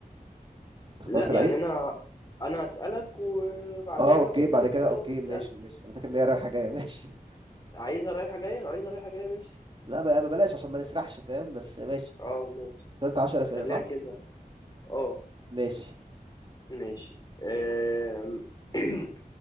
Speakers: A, on the right (about 35°); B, on the left (about 25°).
A: اخترت
B: لا
A: لعيب
B: يعني أنا أنا هسألك وبعدين
A: اه اوكي
B: أنا أحط
A: بعد
B: العيب
A: كده
B: في دماغي
A: اوكي
B: وأنت
A: ماشي
B: تسألني
A: ماشي انا فاكر ان هي رايحه جايه <laughs> ماشي
B: عايزها رايحة جاية لو عايزها رايحة جاية ماشي
A: لا بقى ما بلاش عشان ما نسرحش فاهم بس ماشي
B: أه ماشي
A: أنت قلت 10 اسئله
B: خليها
A: صح
B: كده أه
A: ماشي
B: ماشي آم، <clears throat>